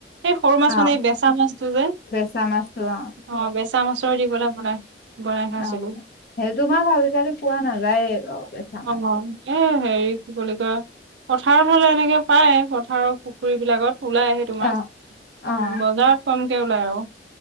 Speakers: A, on the right; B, on the left.
A: সেই সৰু মাছ
B: অ',
A: মানে বেচা মাছটো যে
B: বেচা মাছটো অ',
A: অৱ', বেচা মাছৰ দি পেলাই বনাই। বনাই খাইছিলো
B: অৱ, সেইটো মাছ আজিকালি পোৱা নাযায়েই বাৰু
A: অ
B: বেচা মাছটো।
A: এ হেৰি বুলি কয়। পথাৰত হলে এনেকে পায় পথাৰত পুখুৰী বিলাকত ওলাই। সেইটো
B: অ',
A: মাছ
B: অ',
A: বজাৰত কমকে ওলাই আও।